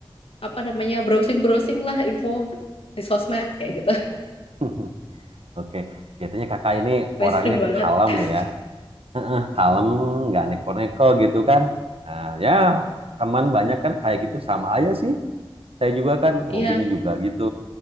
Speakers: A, on the left; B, on the right.
A: apa namanya browsing-browsing lah info di sosmed kayak gitu.
B: <laughs> Oke, kelihatannya kakak ini
A: <laughs> Mainstream
B: orangnya
A: banget.
B: kalem
A: <laughs>
B: ya. Heeh, kalem, nggak neko-neko gitu kan. Nah, ya, kaman banyak kan kayak gitu sama aja sih. Saya juga kan
A: Iya.
B: hobinya juga gitu.